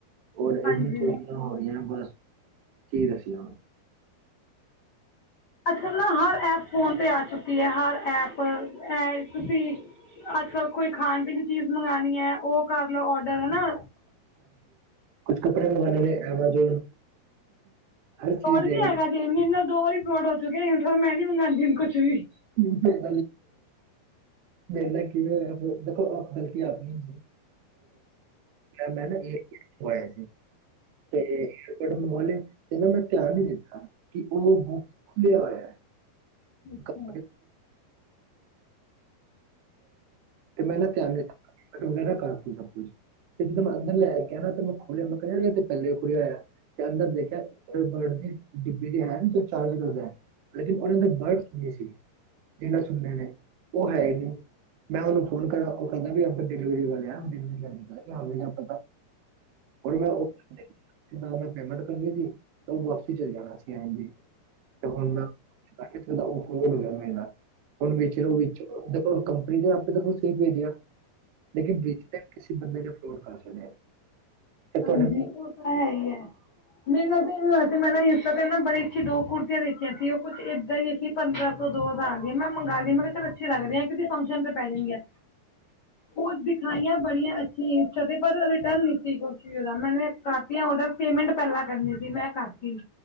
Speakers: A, on the right; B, on the left.
A: ਔਰ ਇੰਨੀ
B: ਹਾਂਜੀ।
A: ਚੋਰੀਆਂ ਹੋ ਰਹੀਆਂ ਬਸ। ਕੀ <unintelligible>
B: ਅੱਜਕੱਲ ਨਾ ਹਰ ਐਪ ਫੋਨ ਤੇ ਆ ਚੁੱਕ ਕੀ ਐ ਹਰ ਐਪ ਤੁਸੀਂ ਅੱਜਕੱਲ੍ਹ ਕੋਈ ਖਾਣ-ਪੀਣ ਦੀ ਚੀਜ਼ ਮੰਗਾਣੀ ਹੈ ਉਹ ਕਰ ਲਓ ਔਡਰ ਹਨਾ।
A: ਕੁਛ ਕੱਪੜੇ ਮੰਗਵਾਣੇ ਨੇ ਐਮਾਜ਼ੋਨ ਹਰ
B: ਫਰੋਡ
A: ਚੀਜ਼ ਦੇਖ
B: ਵੀ ਹੈਗਾ
A: ਲਓ
B: ਜੇ ਮੇਰੇ ਨਾਲ ਦੋ ਵਾਰੀ ਫਰੋਡ ਹੋ ਚੁੱਕਿਆ ਮੈਂ ਨੀ ਮੰਗਵਾਉਂਦੀ ਹੁੰਦੀ ਕੁਛ ਵੀ।
A: <unintelligible> ਮੇਰੇ ਨਾਲ ਕਿਵੇਂ ਹੋਇਆ ਦੇਖੋ ਆਪ ਗਲਤੀ ਆਪਣੀ ਸੀ। ਮੈਂ ਨਾ <unintelligible> <unintelligible> ਤੇ ਮੈਂ ਧਿਆਨ ਨੀ ਦਿੱਤਾ। ਕਿ ਉਹ ਬੁੱਕ ਖੁੱਲਿਆ ਹੋਇਆ ਹੈ।
B: ਅੱਛਾ
A: <unintelligible> ਤੇ ਮੈਂ ਨਾ ਧਿਆਨ <unintelligible> ਵਗੈਰਾ ਕਰਤੀ ਸਭ ਕੁੱਛ ਤੇ ਜਦੋਂ ਮੈਂ ਅੰਦਰ ਲੈ ਕੇ ਨਾ ਤੇ ਮੈਂ ਖੋਲ੍ਹਿਆ ਮੈਂ ਕਹਿ ਤੇ ਪਹਿਲੇ ਵੀ ਖੋਲ੍ਹਿਆ ਹੋਇਆ। ਤੇ ਅੰਦਰ ਦੇਖਿਆ ਬਰਡ ਡਿੱਬੀ ਦੀ ਹੈ ਜੋ ਚਾਰਜ ਕਰਦਾ ਲੇਕਿਨ ਉਹਨਾਂ ਦੇ ਵਰਡ <unintelligible> ਸੀ ਜਿਹਨਾਂ ਸੁਣਦੇ ਨੇ ਉਹ ਹੈ ਈ ਨੀ। ਮੈਂ ਉਹਨੂੰ ਫੋਨ ਕਰ ਉਹ ਕਹਿੰਦਾ ਵੀ ਆਪ ਡਿਲੀਵਰੀ ਵਾਲੇ ਆ ਡਵ ਕਰ ਹ ਆਪ ਤਾਂ ਹੁਣ ਮੈਂ <unintelligible> ਪੇਮੈਂਟ ਕਰਨੀ ਸੀ, ਤਾਂ ਉਹ ਵਾਪਸੀ ਚਲੇ ਜਾਣਾ ਸੀ ਐ ਜੀ ਤੇ ਹੁਣ ਮੈਂ <unintelligible> ਉਹ ਹੋ ਗਿਆ ਮੇਰੇ ਨਾਲ। ਹੁਣ ਵੇਖ ਤਾਂ ਵਿੱਚ ਦੇਖੋ ਕੰਪਨੀ ਆਪੇ ਤਾਂ ਸਹੀ ਭੇਜਿਆ। ਲੇਕਨ ਬੀਚ ਕਿਸੀੇ ਬੰਦੇ ਨੇ ਫਰੋਡ ਕਰ ਛੱਡਿਆ। ਤੇ ਤੁਹਾਡੇ
B: ਹਾਂਜੀ ਉਹ ਤਾਂ ਹੈ ਹੀ ਹੈ, ਮੇਰੀ ਗੱਲ ਤਾਂ ਇਵੇਂ ਹੋਇਆ ਸੀ ਮੈਂ ਤਾਂ ਉਹਨਾਂ ਬੜੀ ਅੱਛੀ ਦੋ ਕੁੜਤੀਆਂ ਦੇਖੀਆਂ ਸੀ ਉਹ ਕੁਛ ਏਦਾਂ ਹੀ ਸੀ ਪੰਦਰਾਂ ਤੋਂ ਦੋ ਦਾ ਆ ਗਏ ਮੈਂ ਮੰਗਾ ਲਈ ਮੈਂ ਕਿਹਾ ਚਲ ਅੱਛੇ ਲੱਗਦੀ ਹੈ ਕਿਸੀ ਫੰਕਸ਼ਨ ਤੇ ਪੈ ਜਾਂਦੀ ਆ। ਉਹ ਦਿਖਾਈਆਂ ਬੜੀਆਂ ਅੱਛੀਆਂ ਪਰ ਰਿਟਰਨ ਨਹੀਂ ਸੀ। ਮੈਨੇ ਕਰਤੀ ਆ ਔਡਰ ਪੇਮੈਂਟ ਪਹਿਲਾਂ ਕਰਨੀ ਸੀ ਮੈਂ ਕਰਤੀ।